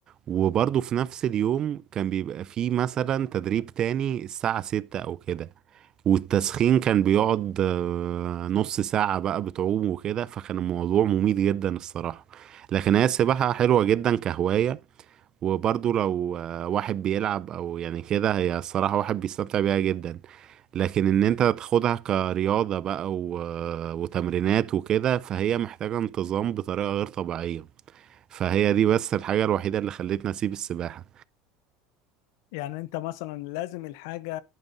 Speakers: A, on the right; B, on the left.
A: وبرضه في نفس اليوم كان بيبقى فيه مثلا تدريب تاني الساعة ستة أو كده والتسخين كان بيقعد آه، نص ساعة بقى بتعوم وكده فكان الموضوع مميت جدا الصراحة لكن هي السباحة حلوة جدا كهواية وبرضو لو آه، واحد بيلعب أو يعني كده هي الصراحة واحد بيستمتع بيها جدا لكن إن أنت تاخدها كرياضة بقى و... آه، وتمرينات وكده فهي محتاجة انتظام بطريقة غير طبيعية فهي دي بس الحاجة الوحيدة اللي خلتني أسيب السباحة
B: يعني انت مثلا لازم الحاجة